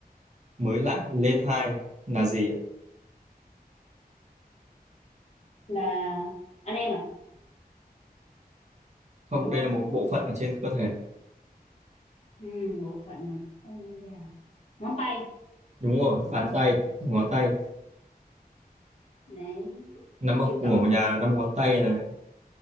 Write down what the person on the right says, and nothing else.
mới lại lên hai là gì ạ?
không
đây
là một bộ phận ở trên cơ thể
đúng rồi bàn tay ngón tay
năm ông
cùng
ở một nhà năm ngón tay là